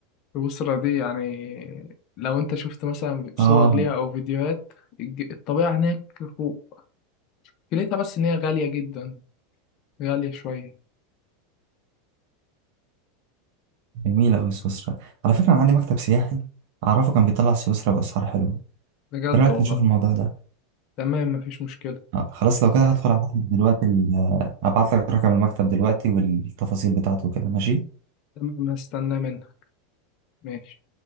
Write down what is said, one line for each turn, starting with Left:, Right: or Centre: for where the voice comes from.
Left: سويسرا دي يعني لو انت شفت مثلا صور
Right: آه
Left: ليها او فيديوهات الج- الطبيعة هناك فوق ليتها بس ان هي غالية جدا غالية شوية
Right: جميلة أوي سويسرا على فكرة أنا عندي مكتب سياحي أعرفه كان بيطلع سويسرا بأسعار حلوة
Left: بجد
Right: إيه رأيك
Left: والله
Right: نشوف الموضوع ده؟
Left: تمام مفيش مشكلة
Right: آه، خلاص لو كده هدخل أبعت لك دلوقتي ال- آه، أبعت لك رقم المكتب دلوقتي والتفاصيل بتاعته كده ماشي؟
Left: تمام هستناه منها ماشي